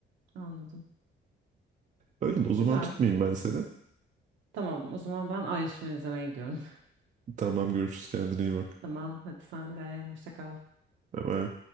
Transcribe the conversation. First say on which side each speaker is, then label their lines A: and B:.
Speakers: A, on the right; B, on the right.
A: Anladım.
B: Öyle de o zaman
A: Güzel.
B: tutmayayım ben seni.
A: Tamam o zaman ben Irishman izlemeye gidiyorum.
B: Tamam görüşürüz kendine iyi
A: <laughs>
B: bak.
A: Tamam hadi sen de hoşça kal.
B: Bye bye.